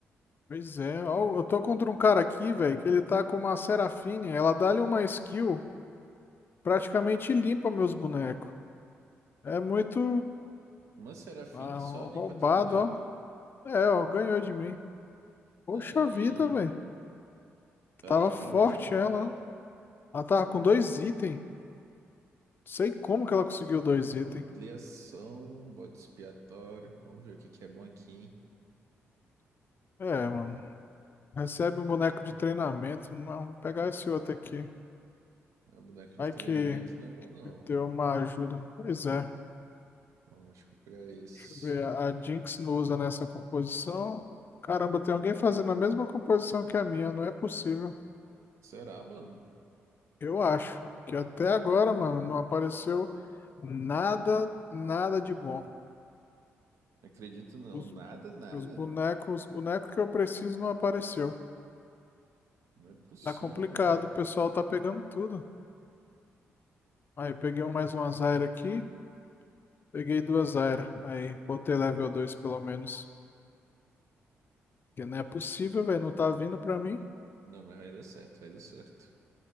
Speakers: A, on the left (about 45°); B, on the right (about 75°).
A: Pois é, ó, eu tô contra um cara aqui, velho, que ele tá com uma Serafine, ela dá-lhe uma skill, praticamente limpa meus bonecos. É muito
B: Uma Serafine
A: ah, roubado,
B: só limpa teus bonecos?
A: ó. É, ó, ganhou de mim. Poxa
B: Aí,
A: vida, velho.
B: aí
A: Tava
B: realmente
A: forte
B: é complicado.
A: ela, ó. Ela tava com dois itens. Sei como que ela conseguiu dois
B: Ampliação,
A: itens.
B: bode expiatório. Vamos ver o que que é bom aqui, hein?
A: É, mano. Recebe um boneco de treinamento. Não, vou pegar esse outro aqui.
B: Ah, boneco de
A: Vai
B: treinamento
A: que
B: não é bom, não.
A: deu uma ajuda. Pois é.
B: Ó, acho que eu vou pegar esse.
A: Deixa eu ver, a Jinx não usa nessa composição. Caramba, tem alguém fazendo a mesma composição que a minha, não é possível.
B: Será, mano?
A: Eu acho que até agora, mano, não apareceu nada, nada de bom.
B: Não acredito, não.
A: Os,
B: Nada, nada.
A: os bonecos, os bonecos que eu preciso não apareceu.
B: Não é possível,
A: Tá complicado,
B: mano.
A: o pessoal tá pegando tudo. Aí peguei mais uma Zyra aqui, peguei duas Zyra. Aí botei level 2 pelo menos. Porque não é possível, velho, não tá vindo pra mim.
B: Não, mas vai dar certo, vai dar certo.